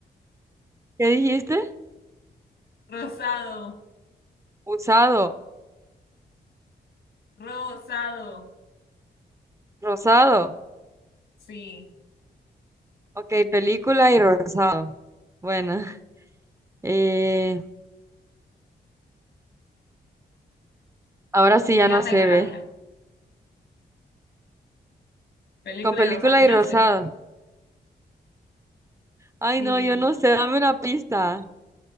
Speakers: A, on the right; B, on the left.
A: ¿Qué dijiste?
B: rosado,
A: Usado,
B: rosado.
A: rosado.
B: Sí,
A: Ok, película y rosado. Bueno, eh, ahora sí ya
B: ya
A: no se
B: tengo la
A: ve.
B: mía. Película
A: Con película
B: y rosado.
A: y
B: Yo
A: rosado.
B: sé.
A: Ay,
B: Sí.
A: no, yo no sé, dame una pista.